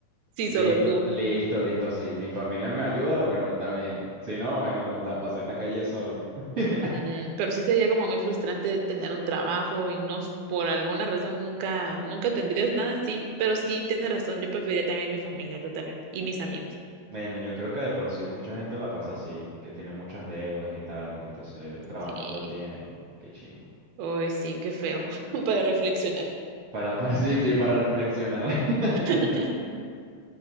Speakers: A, on the right; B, on the right.
A: Sí,
B: Listo,
A: solo tú.
B: listo, listo. Si mi familia me ayuda, bueno, está bien. Si no, bueno, la pasé en la calle solo. <laughs>
A: Mm, pero sí sería como muy frustrante tener un trabajo y no, s- por alguna razón nunca, nunca tendrías nada, sí. Pero sí tienes razón, yo preferiría también mi familia totalmente y mis amigos.
B: Bueno, yo creo que de por sí mucha gente la pasa así, que tiene muchas deudas y tal, y entonces trabajan
A: Sí.
B: todo el tiempo. Qué chimbo.
A: Ay, sí, qué feo <laughs> para reflexionar.
B: Para, para, <laughs> sí, sí, para reflexionar. <laughs>
A: <laughs>